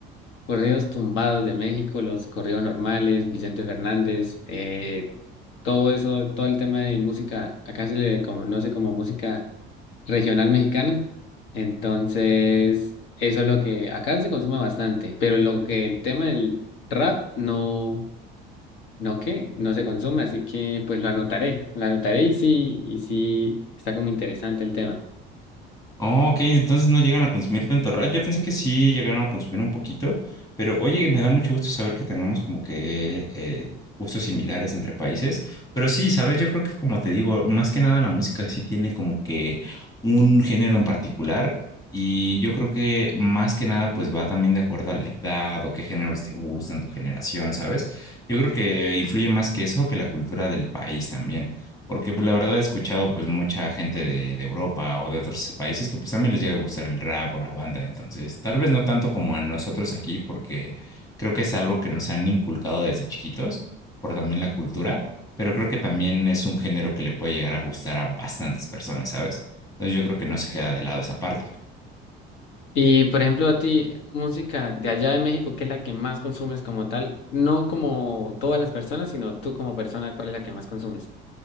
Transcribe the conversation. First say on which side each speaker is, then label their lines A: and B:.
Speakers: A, on the left; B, on the left.
A: corridos tumbados de México, los corridos normales, Vicente Fernández, eh, todo eso, todo el tema de música, acá se le conoce como música regional mexicana. Entonces, eso es lo que acá se consume bastante, pero lo que el tema del rap no, no que, no se consume, así que pues lo anotaré, lo anotaré y sí, y sí está como interesante el tema.
B: Oh, ok, entonces no llegan a consumir tanto rap. Yo pensé que sí llegaron a consumir un poquito, pero oye, me da mucho gusto saber que tengamos como que eh, gustos similares entre países. Pero sí, sabes, yo creo que como te digo, más que nada la música sí tiene como que un género en particular y yo creo que más que nada pues va también de acuerdo a la edad o qué géneros te gustan, tu generación, ¿sabes? Yo creo que influye más que eso que la cultura del país también. Porque pues, la verdad he escuchado pues mucha gente de, de Europa o de otros países que pues también les llega a gustar el rap o la banda. Entonces, tal vez no tanto como a nosotros aquí, porque creo que es algo que nos han inculcado desde chiquitos por también la cultura, pero creo que también es un género que le puede llegar a gustar a bastantes personas, ¿sabes? Entonces yo creo que no se queda de lado esa parte.
A: Y por ejemplo, a ti, música de allá de México, ¿qué es la que más consumes como tal? No como todas las personas, sino tú como persona, ¿cuál es la que más consumes?